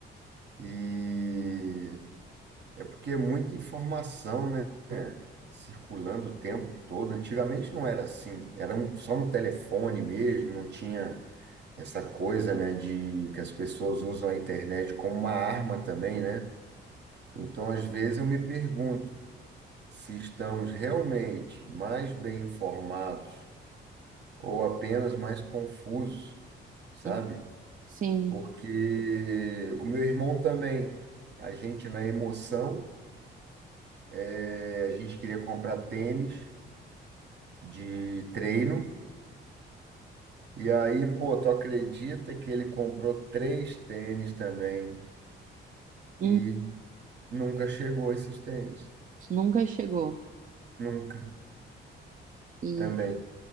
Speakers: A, on the right; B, on the right.
A: e é porque é muita informação, né? Circulando o tempo todo. Antigamente não era assim, era um- só um telefone mesmo, não tinha essa coisa, né, de que as pessoas usam a internet como uma arma também, né? Então, às vezes eu me pergunto se estamos realmente mais bem informados ou apenas mais confusos, sabe?
B: Hum, Sim,
A: Porque o meu irmão também, a gente na emoção, eh, a gente queria comprar tênis de treino, e aí, pô, tu acredita que ele comprou três tênis também
B: Hum,
A: e nunca chegou esses tênis?
B: nunca chegou.
A: Nunca,
B: E
A: também,